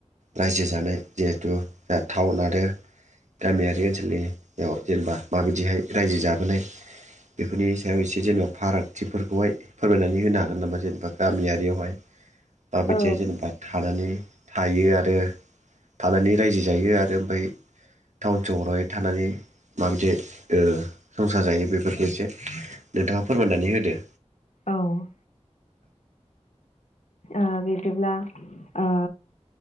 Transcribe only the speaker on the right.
रायजो जानाय जिहेथु दा थावन आरो गामियारि ओनसोलनियाव जेनेबा माबायदिहाय रायजो जाबोनाय बेफोरनि सायाव एसे जेनेबा फारागथिफोरखौहाय फोरमायनानै होनो हागोन नामा जेनेबा गामियारियावहाय माबायदिहाय
जेनेबा थानानै थायो आरो थानानै रायजो जायो आरो ओमफाय टाउन सहरावहाय थानानै माबायदि संसार जायो बेफोरनि एसे नोंथाङा फोरमाननानै होदो